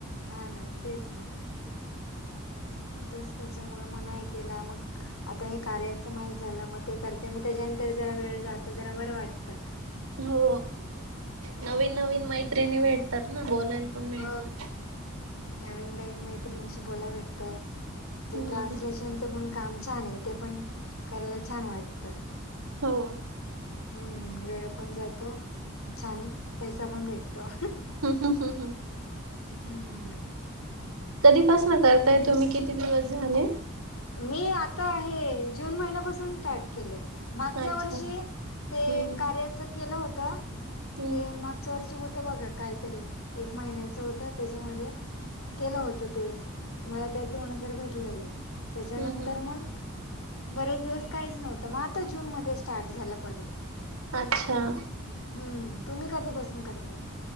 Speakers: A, on the left; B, on the right.
A: हा ना तेच ना. मग तेच त्याच्यामुळे मग नाही केला, मग आता हे कार्याचं माहित झालं, मग ते करते, मग त्याच्याने तरी जरा वेळ जातो, जरा बरं वाटतं.
B: हो नवीन नवीन मैत्रिणी भेटतात ना बोलायला. पण मिळतात.
A: हो नवीन नवीन मैत्रिणींशी बोलाय भेटतं. ते
B: हम्म
A: ट्रान्सलेशनचं पण काम छान आहे, ते पण करायला छान वाटतं.
B: हो.
A: हम्म, वेळ पण जातो, छान पैसा पण भेटतो.
B: <unintelligible>
A: हम्म.
B: कधीपासनं करताय तुम्ही किती दिवस झाले?
A: मी आता हे जून महिन्यापासून स्टार्ट केलंय. मागच्या
B: अच्छा
A: वर्षी ते
B: हम्म
A: कार्याच केलं होतं
B: हम्म
A: ते मग च्या वर्षी होतं बघा काहीतरी एक महिन्याच होतं, त्याच्यामध्ये केलं होतं ते, मला त्यात दोन हजार भेटलेले त्याच्यानंतर
B: हम्म हम्म हम्म.
A: मग बरेच दिवस काहीच नव्हतं, मग आता जून मध्ये स्टार्ट झालं परत.
B: अच्छा.
A: हम्म, तुम्ही कधीपासून करताय?